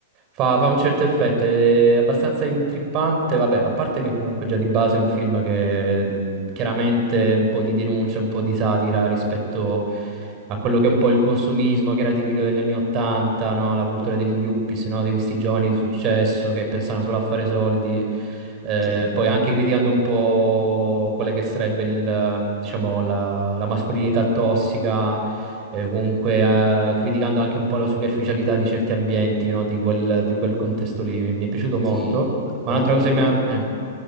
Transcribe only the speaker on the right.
Fa, fa un certo effetto, è abbastanza intrippante, vabbè, a parte che comunque già di base è un film che mh, chiaramente un po' di denuncia, un po' di satira rispetto a quello che è un po' il consumismo che era tipico degli anni Ottanta, no? La cultura degli yuppies, no? Di questi giovani di successo che pensano solo a fare soldi, Eh,
poi anche criticando un po' quella che sarebbe il, ehm, diciamo, la la mascolinità tossica eh, comunque eh, criticando anche un po' la superficialità di certi ambienti, no, di quel, di quel contesto lì. Mi, mi è piaciuto molto.
Ma un'altra
cosa che
mi ha...
eh,